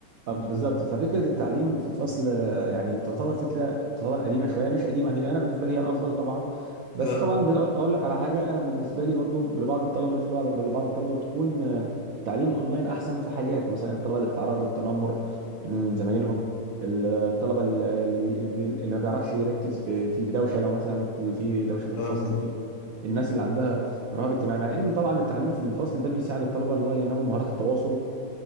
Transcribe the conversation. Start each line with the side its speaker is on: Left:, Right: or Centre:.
Right: اه بالظبط ففكره التعليم في الفصل آه، يعني تعتبر فكره تعتبر قديمه شويه مش قديمه هي انا بالنسبه لي هي الافضل طبعا بس
Left: اه
Right: طبعا بقول- اقول لك على حاجه انا بالنسبه لي برضو لبعض الطلبه بالنسبه لبعض لبعض الطلبه بتكون آه، التعليم اونلاين احسن في حاجات مثلا الطلبه اللي بتتعرض للتنمر من زمايلهم الطلبه اللي, اللي اللي ما بيعرفش يركز في في في دوشه لو مثلا في دوشه في الفصل
Left: اه آه.
Right: في الناس اللي عندها رهاب اجتماعي مع ان طبعا التعليم في الفصل ده بيساعد الطلبه اللي هو ينموا مهارات التواصل